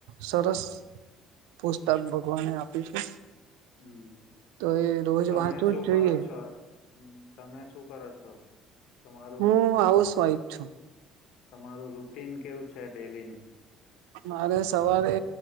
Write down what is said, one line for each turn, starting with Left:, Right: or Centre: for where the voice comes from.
Right: સરસ પુસ્તક ભગવાને આપી છે.
Left: હમ,
Right: તો એ રોજ
Left: તમે
Right: વાંચવું
Left: શું
Right: જ જોઈએ
Left: કરો છો? હમ, તમે શું કરો? છો. તમારું
Right: હું હાઉસવાઈફ છું.
Left: તમારું રૂટીન કેવું છે ડેલી નુ?
Right: મારે સવારે